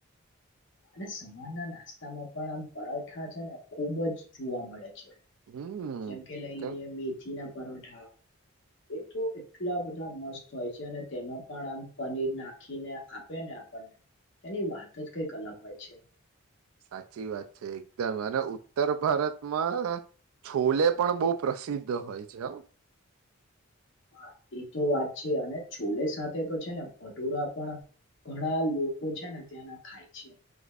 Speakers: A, on the left; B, on the right.
A: અને સવાર ના નાસ્તામાં પણ આમ પરાઠા છે ને ખુબ જ જોવા મળે છે
B: હમ
A: જેમ કે લઈ
B: કેમ
A: લઈએ મેથી ના પરોઠા એ તો એટલા બધા મસ્ત હોય છે અને તેમાં પણ આમ પનીર નાખીને આપે ને આપને તેની વાત જ કઈક અલગ હોય છે
B: સાચી વાત છે એકદમ અને ઉત્તર ભારતમાં છોલે પણ બહુ પ્રસિદ્ધ હોય છે હ
A: હા એ તો વાત છે અને છોલે સાથે તો છે ને ભટુરા પણ ઘણા લોકો છે ને ત્યાંના ખાય છે